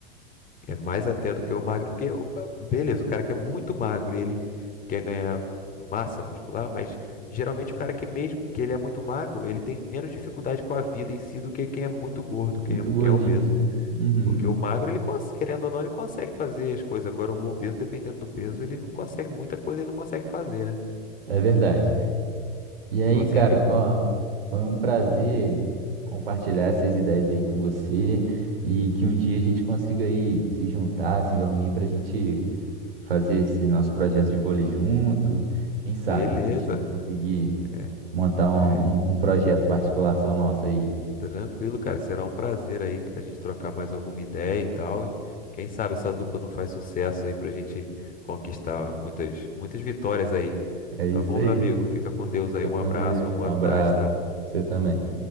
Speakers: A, on the left; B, on the right.
A: É mais até do que o magro, porque, o- beleza, o cara que é muito magro e ele quer ganhar massa muscular, mas geralmente o cara que mesmo que ele é muito magro, ele tem menos dificuldade com a vida em si do que quem é muito gordo, quem
B: Muito
A: é,
B: gordinho,
A: quem é obeso.
B: né? Uhum,
A: Porque o magro, ele cons- querendo ou não, ele consegue fazer as coisas. Agora, o obeso, dependendo do peso, ele não consegue, muita coisa ele não consegue fazer, né?
B: é verdade. E aí,
A: Então, assim,
B: cara,
A: a questão.
B: ó, foi um prazer compartilhar essas ideias aí com você e que um dia a gente consiga aí se juntar, se reunir para a gente fazer esse nosso projeto de vôlei junto. Quem sabe
A: Beleza.
B: a gente conseguir.
A: É,
B: montar um,
A: é.
B: um- um projeto com articulação nossa aí.
A: Tranquilo, cara. Será um prazer aí a gente trocar mais alguma ideia e tal. E quem sabe essa dupla não faz sucesso aí pra gente conquistar muitas, muitas vitórias aí.
B: É isso
A: Tá bom,
B: aí.
A: meu amigo? Fica com Deus aí.
B: Fica
A: Um
B: com
A: abraço,
B: Deus.
A: uma boa
B: Um abraço.
A: tarde, tá?
B: Você também.